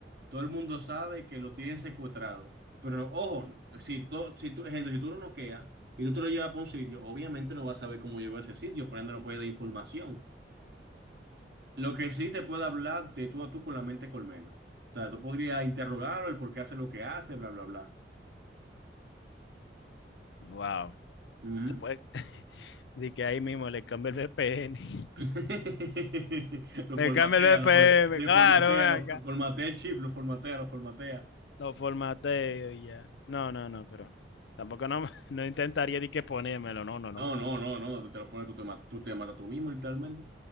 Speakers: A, on the right; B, on the left.
A: todo el mundo sabe que lo tienen secuestrado. Pero ojo, si, to- si tú, gente, si tú lo noqueas y tú te lo llevas para un sitio, obviamente no vas a saber cómo llegó a ese sitio, por ende no puede dar información. Lo que sí te puede hablar de tú a tú con la mente colmena. O sea, tú podrías interrogarlo, el por qué hace lo que hace, bla, bla, bla.
B: Wow.
A: Ujú.
B: se puede. <laughs> de que ahí mismo le cambia el VPN. <laughs>
A: <laughs> Lo
B: Le
A: formatea,
B: cambia el VPN,
A: lo, for- le
B: claro,
A: formatea,
B: ven
A: lo
B: acá.
A: formatea el chip, lo formatea, lo formatea.
B: Lo formateo y ya. No, no, no, pero tampoco no, <laughs> no intentaría ni que ponérmelo, no, no, no.
A: No, no, no, no, te lo pones, tú te, ma- tú te matas tú mismo, literalmente.